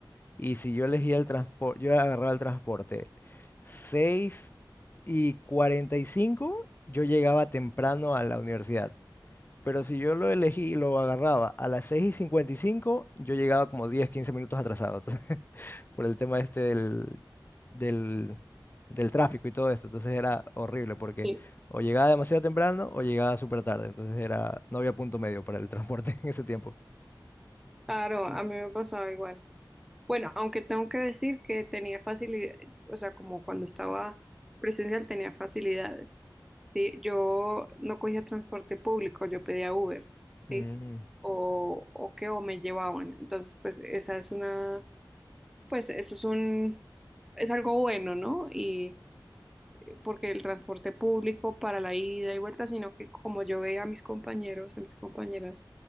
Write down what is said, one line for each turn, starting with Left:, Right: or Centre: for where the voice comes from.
Left: Y si yo elegía el transporte, yo agarraba el transporte 6 y 45, yo llegaba temprano a la universidad. Pero si yo lo elegí, lo agarraba a las 6 y 55, yo llegaba como 10, 15 minutos atrasado. Entonces, <laughs> por el tema este del, del, del tráfico y todo esto. Entonces era horrible porque
Centre: Sí.
Left: o llegaba demasiado temprano o llegaba súper tarde. Entonces era, no había punto medio para el transporte <laughs> en ese tiempo.
Centre: Claro, a mí me pasaba igual. Bueno, aunque tengo que decir que tenía facilidad, o sea, como cuando estaba presencial tenía facilidades, ¿sí? Yo no cogía transporte público, yo pedía Uber, ¿sí?
Left: Mm.
Centre: O, o que o me llevaban. Entonces, pues esa es una, pues eso es un, es algo bueno, ¿no? Y porque el transporte público para la ida y vuelta, sino que como yo veía a mis compañeros, a mis compañeras